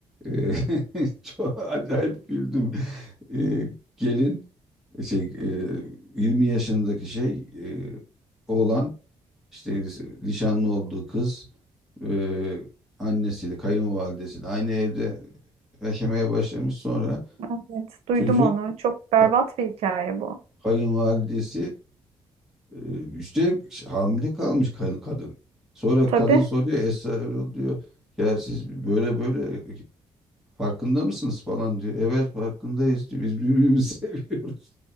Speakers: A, in the centre; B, on the right (about 80°).
A: Eee, <laughs> çok acayip güldüm. Eee, gelin şey eee, 20 yaşındaki şey eee oğlan işte nişanlı olduğu kız eee annesiyle kayınvalidesiyle aynı evde yaşamaya başlamış. Sonra
B: Evet duydum
A: çocuk
B: onu. Çok berbat
A: ka-
B: bir hikaye bu.
A: kayınvalidesi Ee, Üstelik hamile kalmış ka- kadın. Sonra
B: Tabii.
A: kadın soruyor Esra Erol diyor ya siz böyle böyle e, farkında mısınız falan diyor. Evet farkındayız diyor. Biz birbirimizi <laughs> seviyoruz.